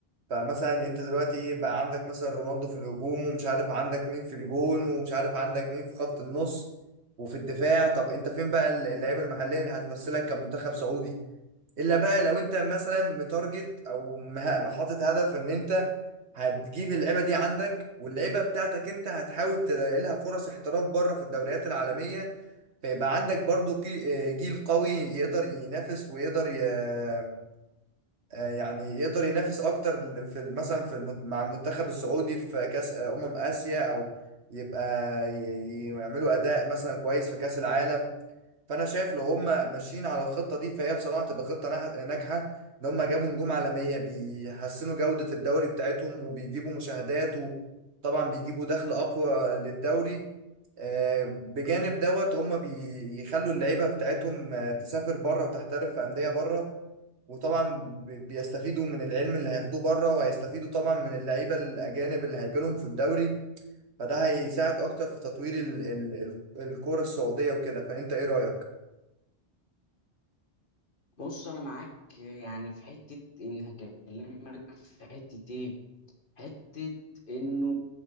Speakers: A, on the right; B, on the left.
A: فمثلا انت دلوقتي بقى عندك مثلا رونالدو في الهجوم ومش عارف عندك مين في الجون ومش عارف عندك مين في خط النص وفي الدفاع طب انت فين بقى اللعيبه المحليه اللي هتمثلك كمنتخب سعودي الا بقى لو انت مثلا متارجت او مه- حاطط هدف ان انت هتجيب اللعيبه دي عندك واللعيبه بتاعتك انت هتحاول تلاقي لها فرص احتراف بره في الدوريات العالميه فيبقى عندك برضو كي- آه، جيل قوي يقدر ينافس ويقدر ي... آه، يعني يقدر ينافس اكتر في ال- مثلا في الم- مع المنتخب السعودي في كاس آه، امم اسيا او يبقى ي- يعملوا اداء مثلا كويس في كاس العالم فانا شايف لو هم ماشيين على الخطه دي فهي بصراحه تبقى خطه نح- ناجحه ان هم جابوا نجوم عالميه بيحسنوا جوده الدوري بتاعتهم وبيجيبوا مشاهدات وطبعا بيجيبوا دخل اقوى للدوري آه، بجانب دوت هم بيخلوا اللعيبه بتاعتهم آه، تسافر بره وتحترف في انديه بره وطبعا ب- بيستفيدوا من العلم اللي هياخدوه بره وهيستفيدوا طبعا من اللعيبه الاجانب اللي هيجيلهم في الدوري فده هيساعد اكتر في تطوير ال- ال- ال- الكوره السعوديه وكده فانت ايه رايك
B: بص انا معاك يعني في حته ان هكلمك في حته ايه حتة إنه